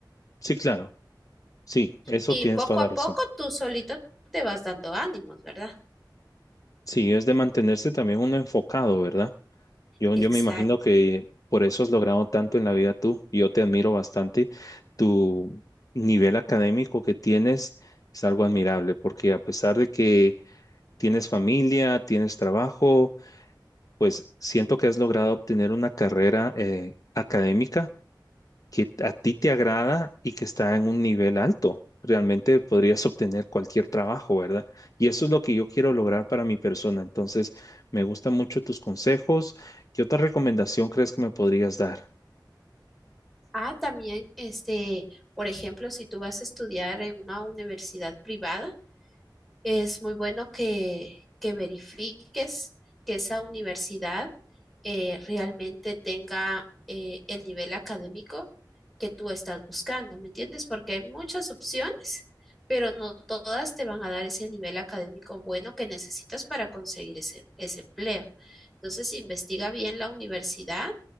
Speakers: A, on the left; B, in the centre.
A: Sí, claro. Sí, eso
B: Y
A: tienes
B: poco
A: toda la
B: a
A: razón.
B: poco tú solito te vas dando ánimos, ¿verdad?
A: Sí, es de mantenerse también uno enfocado, ¿verdad? Yo,
B: Exacto.
A: yo me imagino que por eso has logrado tanto en la vida tú. y Yo te admiro bastante. Tu nivel académico que tienes es algo admirable, porque a pesar de que tienes familia, tienes trabajo, pues siento que has logrado obtener una carrera eh, académica que a ti te agrada y que está en un nivel alto. Realmente podrías obtener cualquier trabajo, ¿verdad? Y eso es lo que yo quiero lograr para mi persona. Entonces, me gustan mucho tus consejos. ¿Qué otra recomendación crees que me podrías dar?
B: Ah, también, este, por ejemplo, si tú vas a estudiar en una universidad privada, es muy bueno que, que verifiques que esa universidad eh, realmente tenga eh, el nivel académico que tú estás buscando, ¿me entiendes? Porque hay muchas opciones, pero no todas te van a dar ese nivel académico bueno que necesitas para conseguir ese, ese empleo. Entonces, investiga bien la universidad